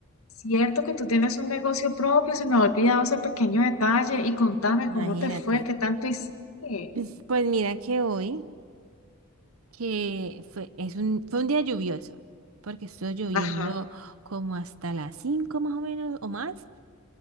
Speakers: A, on the left; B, on the right.
A: cierto que tú tienes un negocio propio, se me ha olvidado ese pequeño detalle. Y contame
B: Imagínate.
A: cómo te fue, qué tanto
B: <sniffs>
A: hiciste.
B: Pues pues mira que hoy, que fue, es un, fue un día lluvioso, porque estuvo lloviendo
A: Ajá.
B: como hasta las 5 más o menos o más.